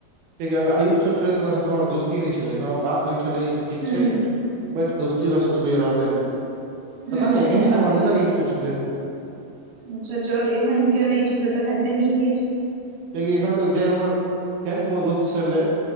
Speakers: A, on the right (about 85°); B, on the right (about 60°).
A: <unintelligible> आयुष सब छलै तऽ, ओकरा सब हमर दोस्ती नहि छलै, ह बात होइ छलै ई सब ठीक
B: हूँ
A: छै, बट दोस्ती सब रहलै ने।
B: हूँ
A: पता नहि, एहन नै हमरा नहि लागै कियो छलै।
B: अच्छा चल, एहन केओ नहि छलो, तखन तऽ नीके छ,
A: कियाकि, एखन तक जे हमर टेन्थमे दोस्त छलै,